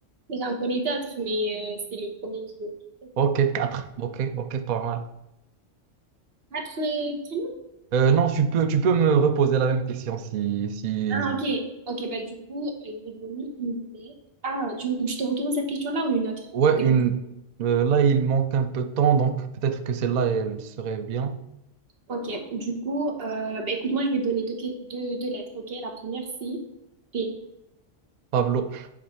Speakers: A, on the right; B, on the right.
A: J'en connais d'autres, mais euh, c'est le premier qui me vient.
B: Ok, quatre Ok, ok, pas mal.
A: Quatre euh, prénoms?
B: Euh, non, tu peux, tu peux me reposer la même question si, si...
A: Ah, ok. Ok, bah du coup, euh, je vais donner une lettre. Ah, tu veux que je te retourne cette question-là ou une autre?
B: Ouais,
A: C'est
B: une...
A: comme ça.
B: euh, là, il manque un peu de temps, donc peut-être que celle-là, elle serait bien.
A: Ok, du coup, euh, bah, écoute, moi je vais te donner deux, que- deux, deux lettres, ok? La première c'est P,
B: Pablo,